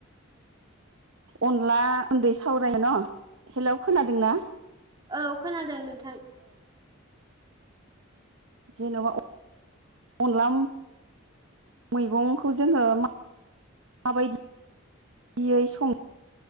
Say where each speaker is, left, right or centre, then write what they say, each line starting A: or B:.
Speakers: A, on the right; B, on the right.
A: अनला दै सावराय न' हेलौ खोनादोंना
B: औ खोनादों नोंथां
A: जेनेबा अन अनला मैगंखौ जोङो मा माबायदियै सं